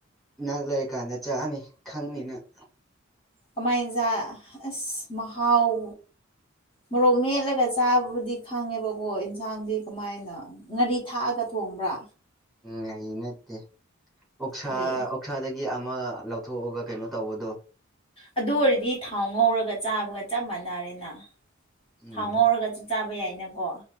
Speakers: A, in the centre; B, on the left (about 30°).
A: ꯅꯪ ꯂꯩꯔꯀꯥꯟꯗ ꯆꯥꯅꯤ ꯈꯪꯅꯤ ꯅꯪ
B: ꯀꯃꯥꯏꯅꯖꯥ ꯑꯁ ꯃꯍꯥꯎ ꯃꯣꯔꯣꯛ ꯃꯦꯠꯂꯒ ꯆꯥꯕꯕꯨꯗꯤ ꯈꯪꯉꯦꯕꯀꯣ ꯌꯦꯟꯁꯥꯡꯗꯤ ꯀꯃꯥꯏꯅ ꯉꯥꯔꯤ ꯊꯥꯛꯑꯒ ꯊꯣꯡꯕ꯭ꯔꯥ
A: ꯎ ꯉꯥꯔꯤ ꯅꯠꯇꯦ ꯑꯣꯛꯁꯥ
B: ꯀꯔꯤ
A: ꯑꯣꯛꯁꯥꯗꯒꯤ ꯑꯃ ꯂꯧ ꯊꯣꯛꯑꯒ ꯀꯩꯅꯣ ꯇꯧꯕꯗꯣ
B: ꯑꯗꯨ ꯑꯣꯏꯔꯗꯤ ꯊꯥꯎ ꯉꯧꯔꯒ ꯆꯥꯕꯒ ꯆꯞ ꯃꯥꯟꯅꯔꯦꯅ
A: ꯎꯝ
B: ꯊꯥꯎ ꯉꯧꯔꯒꯁꯨ ꯆꯥꯕ ꯌꯥꯏꯅꯀꯣ